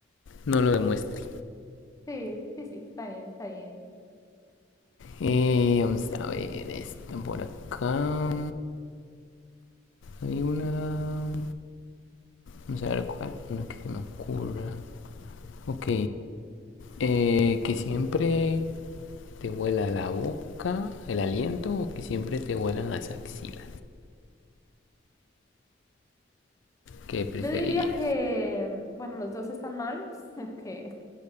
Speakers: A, on the left; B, on the left.
A: no lo demuestre.
B: sí, sí, sí, está bien, está bien.
A: Eh, vamos a ver esto por acá. Hay una. Vamos a ver cuál. Una que se me ocurra. Ok. eh, que siempre te huela la boca, el aliento, o que siempre te huelan las axilas. ¿Qué preferirías?
B: Yo diría que, bueno, los dos están mal, <laughs> que